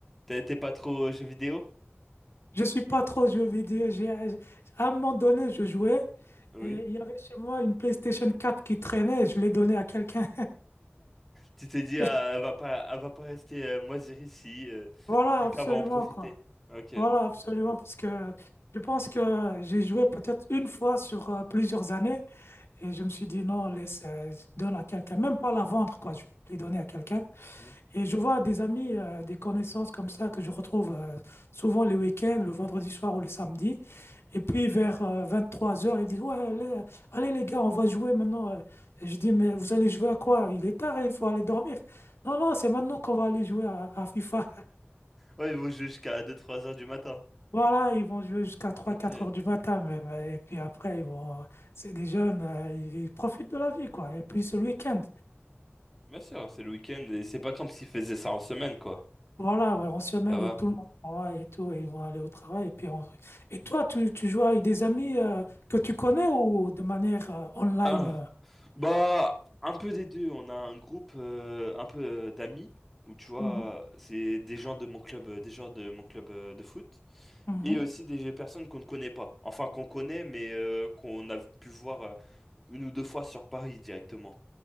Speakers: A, in the centre; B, on the left (about 75°).
A: T'es t'es pas trop euh, jeux vidéo?
B: Je suis pas trop jeux vidéo. J'ai, j'ai- à un moment donné, je jouais
A: Oui.
B: et il y avait chez moi une PlayStation 4 qui traînait. Je l'ai donnée à quelqu'un.
A: Tu t'es dit
B: <laughs>
A: ah, elle va pas elle va pas rester euh, moisir ici, euh,
B: Voilà,
A: quelqu'un
B: absolument,
A: va en profiter.
B: quoi.
A: OK.
B: Voilà, absolument, parce que je pense que j'ai joué peut-être une fois sur euh, plusieurs années et je me suis dit non, laisse, euh, je donne à quelqu'un, même pas la vendre, quoi. Je vais donner à quelqu'un.
A: Hmm.
B: Et je vois des amis, euh, des connaissances comme ça que je retrouve euh, souvent les week-ends, le vendredi soir ou le samedi. Et puis vers 23 heures ils disent, Ouais, allez, euh, allez, les gars, on va jouer maintenant. euh. Et je dis, Mais vous allez jouer à quoi? Il est tard, hein, il faut aller dormir. Non, non, c'est maintenant qu'on va aller jouer à, à FIFA. <laughs>
A: Ouais, ils vont jouer jusqu'à deux trois heures du matin.
B: Voilà, ils vont jouer jusqu'à trois
A: Ok.
B: quatre heures du matin même. euh, Et puis après, ils vont... c'est des jeunes, euh, ils, ils profitent de la vie, quoi. Et puis c'est le week-end.
A: Bien sûr, c'est le week-end et c'est pas comme s'ils faisaient ça en semaine, quoi.
B: Voilà, ouais, on se semaine
A: Ça va.
B: et tout le monde travaille et tout, et ils vont aller au travail. Et puis on- Et toi, tu, tu joues avec des amis euh, que tu connais ou de manière euh, online
A: Ah.
B: euh
A: Bah, un peu des deux. On a un groupe euh, un peu euh, d'amis où tu vois,
B: Mhm.
A: c'est des gens de mon club, euh, des gens de mon club euh, de foot
B: Mhm.
A: et aussi des personnes qu'on ne connaît pas. Enfin, qu'on connaît, mais euh, qu'on a pu voir euh, une ou deux fois sur Paris directement.